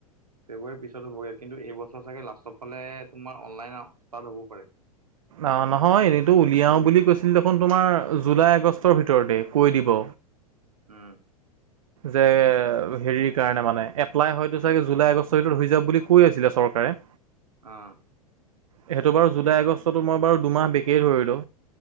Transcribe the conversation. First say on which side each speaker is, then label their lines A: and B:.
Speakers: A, on the right (about 80°); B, on the right (about 65°).
A: ফেব্ৰুৱাৰীৰ পিছত হ'বগে কিন্তু এইবছৰ চাগে লাষ্টৰ ফালে তোমাৰ অনলাইন ৰাস্তাত হ'ব পাৰে।
B: অহ', নহয় এনেইতো উলিয়াও বুলি কৈছিল দেখোন তোমাৰ জুলাই আগষ্টৰ ভিতৰতে কৈ দিব।
A: উম।
B: যে হেৰিৰ কাৰণে মানে এপ্লাই হয়তো চাগে জুলাই আগষ্টৰটোত হৈ যাব বুলি কৈ আছিলে চৰকাৰে।
A: অঁহ।
B: সেইটো বাৰু জুলাই আগষ্টতো মই বাৰু দুমাহ বেছিয়ে ধৰিলো।